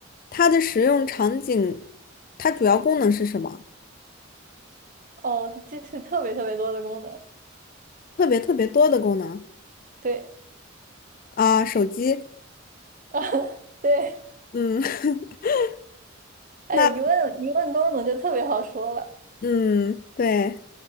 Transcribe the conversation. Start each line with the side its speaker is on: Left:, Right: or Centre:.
Left: 它的使用场景，它主要功能是什么？
Right: 哦，这是特别特别多的功能，
Left: 特别特别多的功能
Right: 对，
Left: 啊、手机。
Right: <laughs> 对，
Left: 嗯，<laughs>
Right: 哎，
Left: 那
Right: 一问一问功能就特别好说了。
Left: 嗯，对，